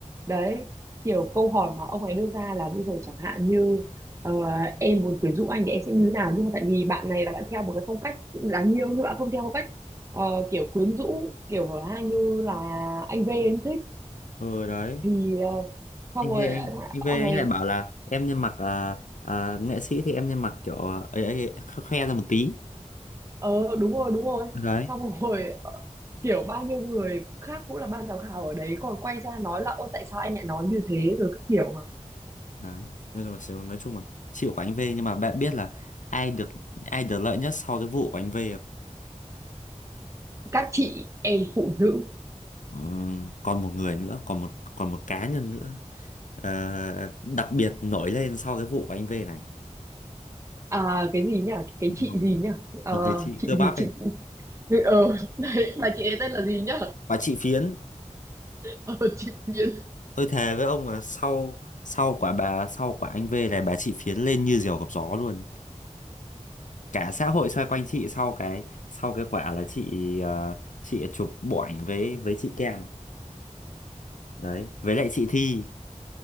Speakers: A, on the right (about 25°); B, on the left (about 80°).
A: đấy kiểu câu hỏi mà ông ấy đưa ra là bây giờ chẳng hạn như ờ, em muốn quyến rũ anh thì em sẽ như thế nào nhưng mà tại vì bạn này là bạn theo một cái phong cách đáng yêu nhưng bạn không theo phong cách ờ, kiểu quyến rũ kiểu hở hang như là anh V anh thích
B: ừ đấy
A: thì ờ, xong
B: anh
A: rồi
B: V
A: ờ,
B: anh,
A: thằng-
B: anh
A: ông
B: V anh
A: ấy
B: lại bảo là em nên mặc à, à, nghệ sĩ thì em nên mặc kiểu à, ấy, ấy, kh- khoe ra một tí
A: ờ đúng rồi đúng rồi
B: đấy
A: xong <laughs> rồi kiểu bao nhiêu người khác cũng là ban giám khảo ở đấy còn quay ra nói là ô tại sao anh lại nói như thế rồi các kiểu mà
B: đấy Nói chung là nói chung là chịu của anh V nhưng mà bạn biết là ai được ai được lợi nhất sau cái vụ của anh V
A: các chị em phụ nữ
B: Ờ, còn một người nữa còn một còn một cá nhân nữa ờ, đặc biệt nổi lên sau cái vụ của anh V này
A: à, cái gì nhỉ cái chị
B: một
A: gì nhỉ Ờ,
B: một người chị
A: chị
B: cơ bắp
A: gì chị
B: này
A: ờ <laughs> đấy mà chị ấy tên là gì nhỉ
B: bà chị Phiến
A: ờ, chị Yến
B: tôi thề với ông là sau sau quả bà sau quả anh V này bà chị Phiến lên như diều gặp gió luôn cả xã hội xoay quanh chị sau cái sau cái quả là chị ờ, chị chụp bộ ảnh với với chị Kem đấy với lại chị Thi